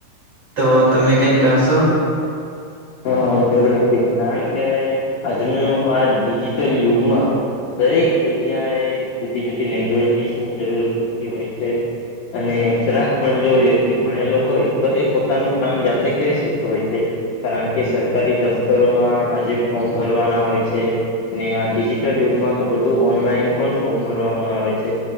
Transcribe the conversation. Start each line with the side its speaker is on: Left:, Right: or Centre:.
Right: તો તમે કઈ કહશો?
Left: હા જરૂર થી કારણ કે આજનું આ ડિજિટલ યુગમાં દરેક જગ્યા એ જુદી જુદી લેંગ્વેજનીસ જરૂરત પડતી હોય છે. અને જરાક પણ જો વ્યક્તિ ભણેલો હોય તો એ પોતાનું કામ જાતે કરી શકતો હોય છે. કારણ કે સરકારી દફતરોમાં આજે ફોર્મ ભરવાના હોય છે. ને આ ડિજિટલ યુગમાં તો બધું ઓનલાઈન પણ ફોમ ભરવાનું આવે છે.